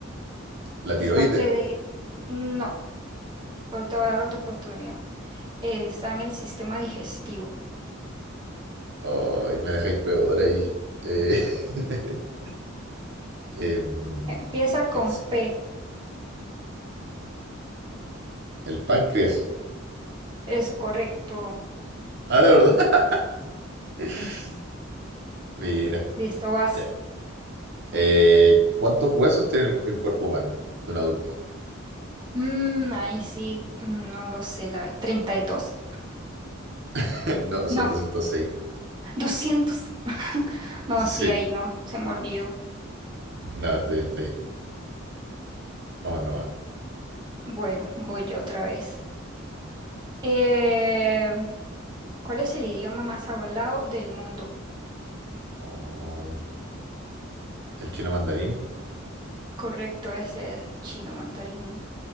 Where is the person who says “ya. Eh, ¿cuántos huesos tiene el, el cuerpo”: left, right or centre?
Right